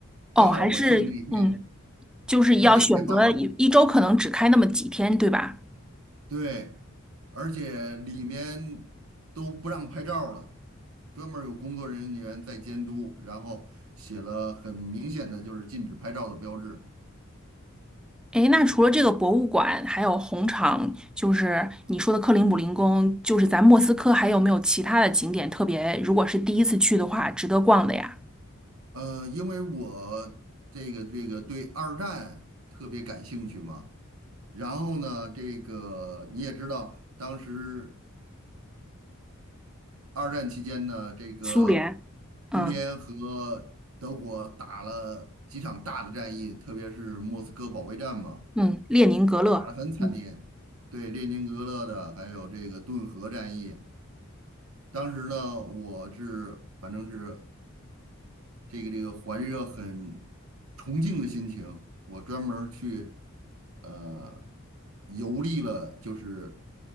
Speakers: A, in the centre; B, on the right.
A: 哦，
B: 刚好我去的那一天，
A: 还是嗯，就是要选择一一周可能只开那么几天，
B: 对，开放了。
A: 对吧？
B: 对，而且里面都不让拍照了，专门儿有工作人员在监督，然后写了很明显的就是禁止拍照的标志。
A: 诶，那除了这个博物馆，还有红场，就是你说的克林姆林宫，就是咱莫斯科还有没有其他的景点特别？如果是第一次去的话，值得逛的呀？
B: 呃，因为我这个这个对二战特别感兴趣嘛，然后呢，这个你也知道，当时二战期间呢，这个
A: 苏联，嗯
B: 苏联和德国打了几场大的战役，特别是莫斯科保卫战嘛。
A: 嗯，列宁格勒，
B: 打得很惨烈，
A: 嗯，
B: 对列宁格勒的，还有这个顿河战役，当时呢，我是反正是这个这个怀着很崇敬的心情，我专门儿去呃游历了，就是